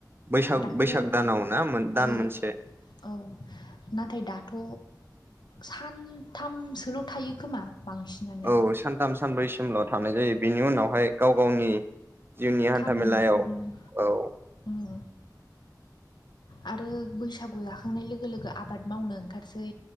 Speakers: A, on the right (about 30°); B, on the left (about 85°).
A: बैसाग
B: दाथ'
A: बैसाग दानाव ना दान
B: औ
A: मोनसे।
B: औ नाथाय दाथ' सानथामसोल' थायो खोमा बांसिनानो
A: औ सानथाम सानब्रै सिमल' थांनाय जायो बेनि उनावहाय गाव गावनि जोंनि हान्था
B: खामानि
A: मेलायाव
B: उम
A: औ।
B: <inaudible> आरो बैसागु जाखांनाय लोगो लोगो आबाद मावनो ओंखारसै।